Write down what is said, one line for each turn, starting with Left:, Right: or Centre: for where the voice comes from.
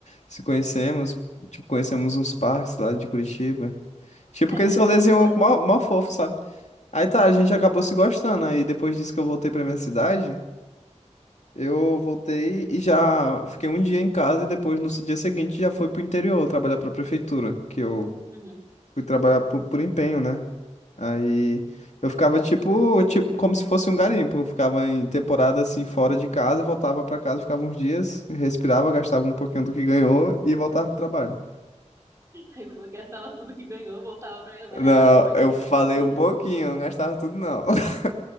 Left: se conhecemos, tipo, conhecemos uns parques lá de Curitiba. Tipo,
Right: Tá,
Left: aqueles
Right: então,
Left: rolezinhos
Right: tipo, quando.
Left: mó, mó fofo, sabe? Aí tá, a gente acabou se gostando. Aí depois disso que eu voltei pra minha cidade, eu voltei e já fiquei um dia em casa e depois no dia seguinte já fui pro interior trabalhar pra prefeitura, que eu
Right: Uhum.
Left: fui trabalhar por, por empenho, né? Aí eu ficava tipo, tipo, como se fosse um garimpo. Eu ficava em temporada assim fora de casa e voltava pra casa, ficava uns dias, respirava, gastava um pouquinho do que ganhou e voltava pro trabalho.
Right: Aí eu gastava tudo que ganhou, voltava pra trabalhar
Left: Não,
Right: mais pra pagar
Left: eu
Right: as outras
Left: falei
Right: coisas.
Left: um pouquinho, não gastava tudo não. <laughs>